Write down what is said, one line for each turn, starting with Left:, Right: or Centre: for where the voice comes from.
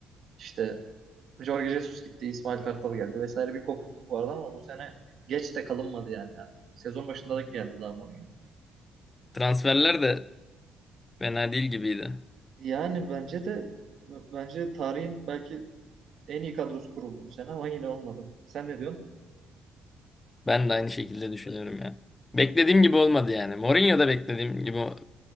Right: işte Jorge Jesus gitti, İsmail Kartal geldi vesaire bir kopukluk vardı ama bu sene geç de kalınmadı yani. Sezon başında da geldi daha Mourinho.
Left: <laughs> Transferler de fena değil gibiydi.
Right: Yani bence de bence tarihin belki en iyi kadrosu kuruldu bu sene ama yine olmadı. Sen ne diyorsun?
Left: Ben de aynı şekilde düşünüyorum ya. Beklediğim gibi olmadı yani. Mourinho da beklediğim gibi. o-